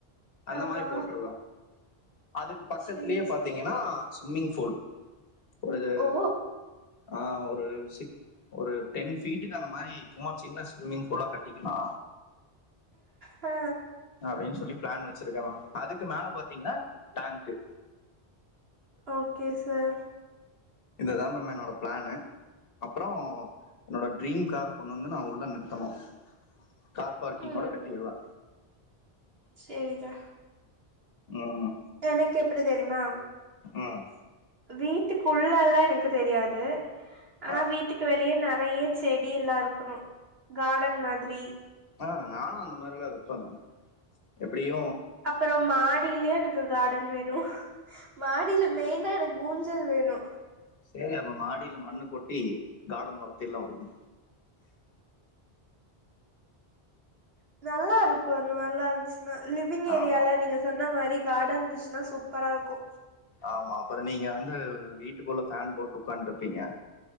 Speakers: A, on the left (about 65°); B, on the right (about 65°).
A: அந்த
B: ஆமா
A: மாரி போட்ருவே அதுக்கு பக்கத்லியே
B: சேரி சேரி
A: பாத்தீங்கன்னா ஸ்விம்மிங் பூல் ஒரு இது
B: ஓ
A: ஆ ஒரு சிக்ஸ் ஒரு டென் ஃபீட்டுக்கு அந்த மாரி சும்மா சின்ன ஸ்விமிங் பூலா கட் ஒட்டிகினா
B: ஆ
A: அப்டின் சொல்லி பிளான் வச்சிருக்கே மேம் அதுக்கு மேல பாத்தீங்கன்னா டேங்க்கு
B: ஓகே சார்
A: இதுதா மேம் என்னோட பிளான் அப்றோ என்னோட ட்ரீம் கார கொண்டு வந்து நா உள்ள நிறுத்தனு கார் பார்க்கிங்
B: ம்
A: ஓட கட்டிடுவே
B: சேரிதா
A: ம்
B: எனக்கு எப்டி தெரிமா
A: ம்
B: வீட்டுக்குல்லல்லா எனக்கு தெரியாது ஆனா
A: ஆ,
B: வீட்டுக்கு வெளிய நறைய செடிலா இருக்கணு கார்டன் மாதிரி
A: ஆ நானு அந்த மாரிலா வப்ப மேம் எப்டியு
B: அப்புறோ மாடியிலே எனக்கு கார்டன் வேணு மாடியில மெயினா எனக்கு ஊஞ் சல் வேணு
A: செரி அப்ப மாடியில மண்ணு கொட்டி கார்டன் வளத்திர்லா உடுங்க
B: நல்லா இருக்கு அந்த மாரிலா இருந்துச்சுன்னா லிவ்விங் ஏரியால
A: ஆமா
B: நீங்க சொன்ன மாரி கார்டன் இருந்துச்சுனா சூப்பரா இருக்கு
A: ஆமா அப்புற நீங்க வந்து வீட்டுக்குள்ள ஃபேன் போட்டு உட்கான்ட்ருப்பீங்க